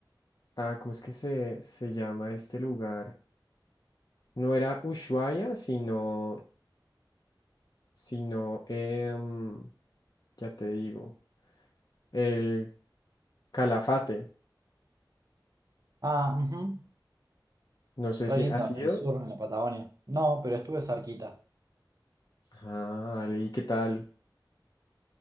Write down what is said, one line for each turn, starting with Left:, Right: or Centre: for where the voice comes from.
Left: a ¿cómo es que se, se llama este lugar? No era Ushuaia, sino, sino, em, ya te digo. El Calafate.
Right: Ah, ujú,
Left: No sé
Right: Re
Left: si
Right: lindo,
Left: ha sido.
Right: en el sur, en la Patagonia. No, pero estuve cerquita.
Left: Ah, vale, ¿y qué tal?